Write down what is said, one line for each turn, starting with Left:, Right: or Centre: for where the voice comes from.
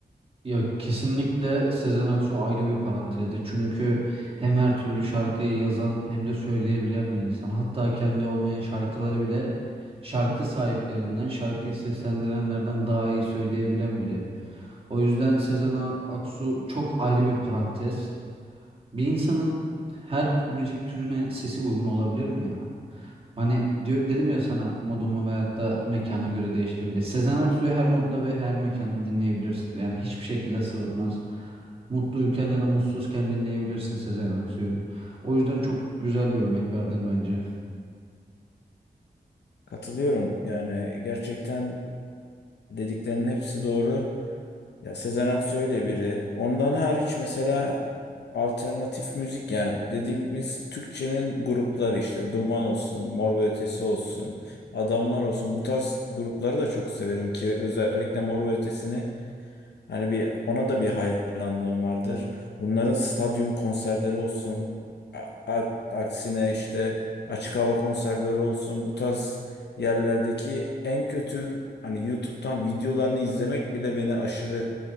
Right: Ya kesinlikle Sezen Aksu ayrı bir parantezde. Çünkü hem her türlü şarkıyı yazan hem de söyleyebilen bir insan. Hatta kendi olmayan şarkıları bile şarkı sahiplerinden, şarkıyı seslendirenlerden daha iyi söyleyebilen biri. O yüzden Sezen A- Aksu çok ayrı bir parantez. Bir insanın her müzik türüne sesi uygun olabilir mi ya? Hani diyor, dedim ya sana modumu veyahut da mekana göre değiştiririm diye. Sezen Aksu'yu her modda ve her mekanda dinleyebilirsin. Yani hiçbir şekilde sırıtmaz. Mutluyken ya da mutsuzken dinleyebilirsin Sezen Aksu'yu. O yüzden çok güzel bir örnek verdin bence.
Left: Katılıyorum yani gerçekten dediklerinin hepsi doğru. Ya Sezen Aksu öyle biri. Ondan hariç mesela alternatif müzik yani dediğimiz Türkçenin grupları işte Duman olsun, Mor ve Ötesi olsun, Adamlar olsun bu tarz grupları da çok severim ki özellikle Mor ve Ötesi'ni Hani bir ona da bir hayranlığım vardır. Bunların stadyum konserleri olsun, a- a- aksine işte açık hava konserleri olsun, bu tarz yerlerdeki en kötü hani YouTube'dan videolarını izlemek bile beni aşırı